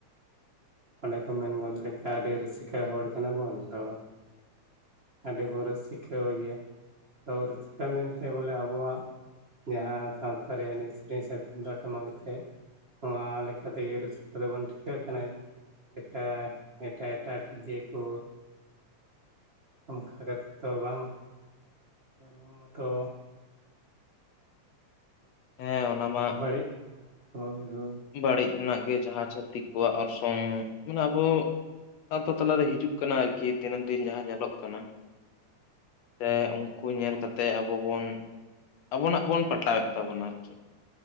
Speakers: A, on the right; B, on the left.
A: ᱚᱱᱮ ᱠᱚ ᱢᱮᱱ ᱜᱚᱫ ᱞᱮᱠᱟ ᱟᱹᱰᱤ ᱨᱩᱥᱤᱠᱟ ᱦᱚᱲ ᱠᱟᱱᱟ ᱵᱚᱱ ᱫᱚ ᱟᱹᱰᱤ ᱵᱚᱱ ᱨᱩᱥᱠᱟ ᱜᱮᱭᱟ ᱟᱫᱚ ᱨᱩᱥᱠᱟ ᱢᱮᱱᱛᱮ ᱵᱚᱞᱮ ᱟᱵᱚᱣᱟᱜ ᱡᱟᱦᱟᱸ ᱥᱟᱶᱛᱟᱨ ᱨᱮ ᱮᱱᱮᱡ ᱥᱮᱨᱮᱧ ᱥᱮ ᱛᱩᱢᱫᱟᱜ ᱴᱟᱢᱟᱠ ᱟᱛᱮ ᱱᱚᱣᱟ ᱞᱮᱠᱟ ᱛᱮᱜᱮ ᱨᱩᱥᱠᱟ ᱫᱚᱵᱚᱱ ᱴᱷᱤᱠᱟᱹᱜ ᱠᱟᱱᱟ ᱞᱮᱠᱟ ᱮᱴᱟᱜ ᱮᱴᱟᱜ ᱰᱤᱡᱮ ᱠᱚ ᱚᱱᱠᱟ ᱠᱟᱛᱮᱫ ᱛᱚ ᱵᱟᱝ, ᱱᱚᱣᱟ ᱢᱟᱛᱚ
B: ᱦᱮᱸ ᱚᱱᱟ ᱢᱟ
A: ᱵᱟᱹᱲᱤᱡ ᱦᱳᱭ ᱦᱳᱭ
B: ᱵᱟᱹᱲᱤᱡ ᱨᱮᱱᱟᱜ ᱜᱮ ᱡᱟᱦᱟᱸ ᱪᱷᱟᱹᱛᱤᱠ ᱠᱚᱣᱟᱜ ᱚᱨᱥᱚᱝ ᱢᱟᱱᱮ ᱟᱵᱚ ᱟᱛᱳ ᱛᱟᱞᱟᱨᱮ ᱦᱤᱡᱩᱜ ᱠᱟᱱᱟ ᱟᱨᱠᱤ ᱫᱤᱱᱟᱹᱢ ᱫᱤᱱ ᱡᱟᱦᱟᱸ ᱧᱮᱞᱚᱜ ᱠᱟᱱᱟ ᱥᱮ ᱩᱱᱠᱩ ᱧᱮᱞ ᱠᱟᱛᱮ ᱟᱵᱚ ᱵᱚᱱ ᱟᱵᱚᱱᱟᱜ ᱵᱚᱱ ᱯᱟᱞᱴᱟᱣᱮᱫ ᱛᱟᱵᱚᱱᱟ ᱟᱨ ᱪᱮᱫ